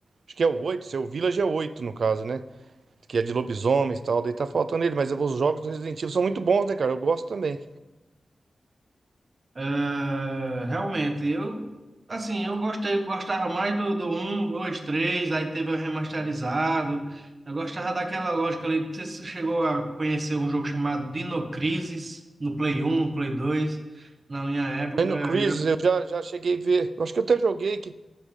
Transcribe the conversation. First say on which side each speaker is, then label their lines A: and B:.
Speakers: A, on the right (about 70°); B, on the right (about 35°).
A: acho que é o 8 seu Village é o 8 no caso, né? Que é de lobisomens e tal, daí tá faltando ele, mas os jogos do Resident Evil são muito bons, né, cara? Eu gosto também.
B: É, realmente, eu assim, eu gostei, gostava mais do, do um 2 três aí teve o remasterizado. Eu gostava daquela lógica ali. Não sei se você chegou a conhecer um jogo chamado Dino Crisis no Play um no Play dois Na minha época
A: Aí no
B: era.
A: Chris eu já, já cheguei a ver, eu acho que eu até joguei que,